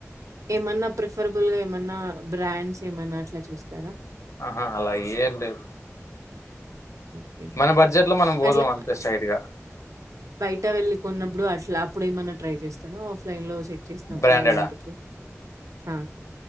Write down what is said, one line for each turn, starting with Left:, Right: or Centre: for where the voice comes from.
Right: ఏమన్నా ప్రిఫరబుల్ గా ఏమన్నా బ్రాండ్స్ ఏమన్నా అట్లా చూస్తారా
Left: ఆహ అలా ఏం లేదు
Right: ఓకే.
Left: మన బడ్జెట్ లో మనం పోదాం
Right: అట్లా
Left: అంతే స్ట్రెయిట్ గా
Right: ఇట్ట వెళ్ళి కొన్నప్పుడు <unintelligible> అప్పుడు ఏమన్నా ట్రై చేస్తార ఆఫ్లైన్ లో చెక్ చేసినప్పుడు
Left: బ్రాండెడా
Right: అలాంటప్పుడు ఆ